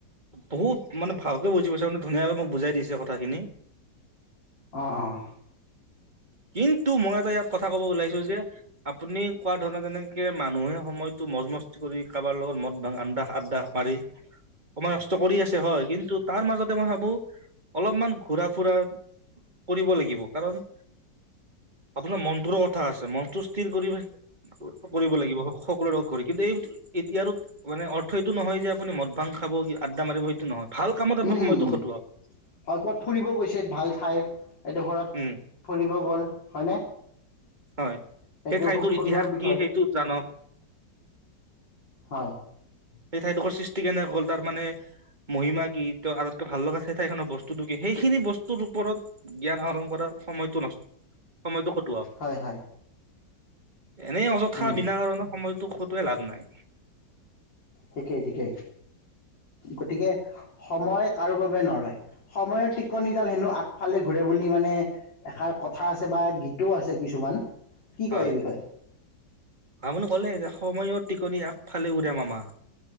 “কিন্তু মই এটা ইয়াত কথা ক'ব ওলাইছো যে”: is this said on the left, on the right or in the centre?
Right